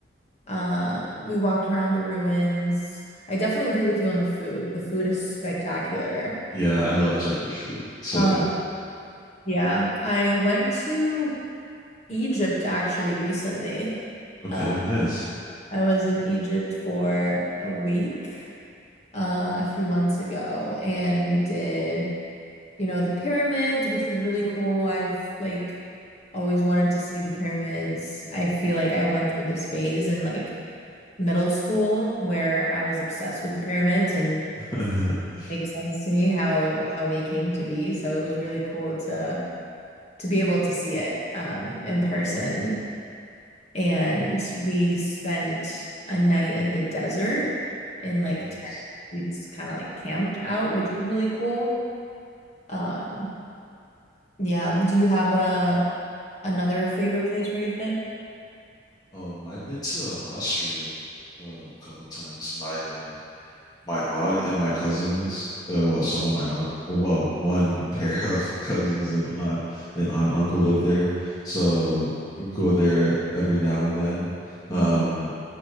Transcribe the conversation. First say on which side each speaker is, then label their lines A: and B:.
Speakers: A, on the left; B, on the left.
A: Um, we walked around the ruins. I definitely agree with you on the food. The food is spectacular.
B: Yeah, I love Turkish food. So
A: Uh,
B: good.
A: yeah, I went to Egypt actually recently.
B: Okay,
A: Uh,
B: nice.
A: I was in Egypt for a week, uh, a few months ago, and we did, you know, the pyramids, which was really cool. I've like always wanted to see the pyramids. I feel like I went through this phase in like middle school where I was obsessed with the pyramids and
B: <laughs>
A: makes sense to me how how they came to be. So it was really cool to to be able to see it um in person. And we spent a night in the desert in
B: Nice.
A: like tent. We just kind of like camped out, which was really cool. Um yeah. Do you have a another favorite place where you've been?
B: Um, I've been to Austria uh, a couple of times. My uh, my aunt and my cousins, or well, some of my aunt, or well, one <laughs> pair of cousins and aunt and aunt and uncle live there, so go there every now and then. Um,
A: Mhm.